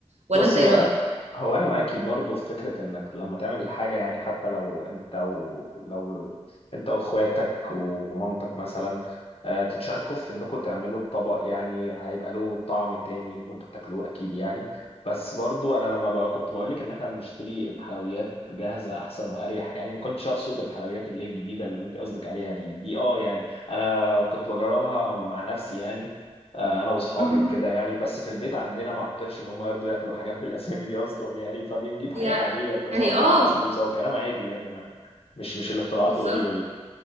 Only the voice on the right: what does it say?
ولا
انت ايه
رايك
مهم.
يعني
اه
بالظبط